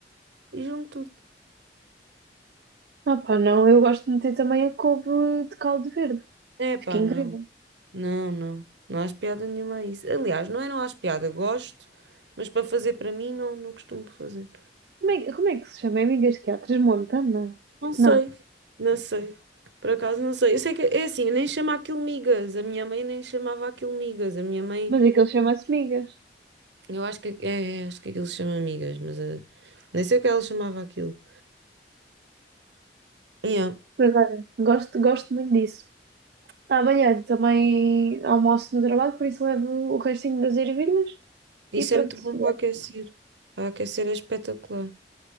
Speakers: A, on the right; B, on the right.
A: e junto tudo.
B: Ah pá, não, eu gosto de meter também a couve de caldo verde.
A: É pá,
B: Fica incrível.
A: não, não, não, não há piada nenhuma a isso. Aliás, não é não há piada, gosto, mas para fazer para mim não, não costumo fazer.
B: Como é, como é que se chama? É migas que há? Transmontana?
A: Não sei,
B: Não,
A: não sei. Por acaso não sei. Eu sei que é assim, eu nem chamo aquilo migas. A minha mãe nem chamava aquilo migas. A minha mãe,
B: mas aquilo chama-se migas.
A: eu acho que é, acho que aquilo se chama migas, mas eh, nem sei o que ela chamava aquilo. Yeah.
B: Mas olha, gosto, gosto muito disso. Ah, Amanhã também almoço no trabalho, por isso levo o restinho das ervilhas
A: Isso
B: e pronto.
A: é muito bom
B: e
A: para
B: é-
A: aquecer. Para aquecer é espetacular.